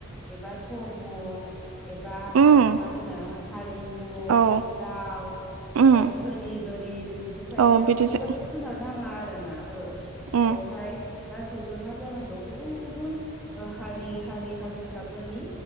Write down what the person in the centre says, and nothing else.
एबा धर्म एबा
मा होनो हारिमु
राव
आरो धोनि गोरिब बिनि सायावहाय
माब्लाबाबो सोनारनाङा आरोना औ
बेवहाय गासैबो मा जानांगौ गुबुन गुबुन ओ हारि हारि हारिसाफोरनि